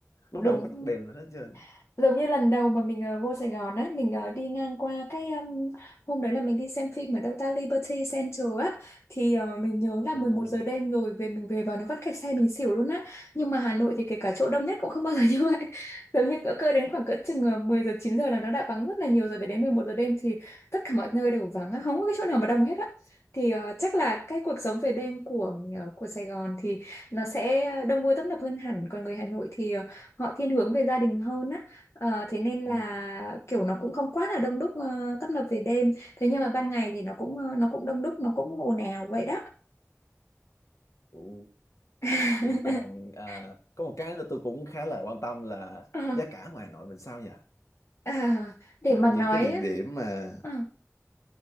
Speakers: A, on the left; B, on the left.
A: lúc
B: <laughs>
A: nào cũng có tắt
B: Đúng
A: đèn hết trơn
B: giống như lần đầu mà mình ờ, vô Sài Gòn á mình ờ, đi ngang qua cái um, hôm đấy là mình đi xem phim ở đâu ta Liberty Center á thì ờ, mình nhớ là
A: ừ,
B: 11 giờ đêm rồi về mình về và nó vắt kẹt xe mình xỉu luôn á nhưng mà Hà Nội thì kể cả chỗ đông nhất cũng không bao giờ <laughs> như vậy giống như cỡ cơ đến khoảng cỡ chừng ờ, 10 giờ 9 giờ là nó đã vắng rất là nhiều rồi về đến 11 giờ đêm thì tất cả mọi nơi đều vắng á không có cái chỗ nào mà đông hết á thì ờ, chắc là cái cuộc sống về đêm của ờ, của Sài Gòn thì nó sẽ đông vui tấp nập hơn hẳn còn người Hà Nội thì ờ, họ thiên hướng về gia đình hơn á Ờ, thế nên là
A: ừ,
B: kiểu nó cũng không quá là đông đúc ờ, tấp nập về đêm thế nhưng mà ban ngày thì nó cũng ờ, nó cũng đông đúc nó cũng ồn ào vậy đó
A: ừ.
B: <laughs>
A: vậy còn à, có một cái nữa tôi cũng khá là quan tâm là
B: Ờ,
A: giá cả ngoài Hà Nội mình sao nhỉ
B: ờ, để
A: kiểu
B: mà
A: những
B: nói
A: cái địa
B: á,
A: điểm mà
B: ờ,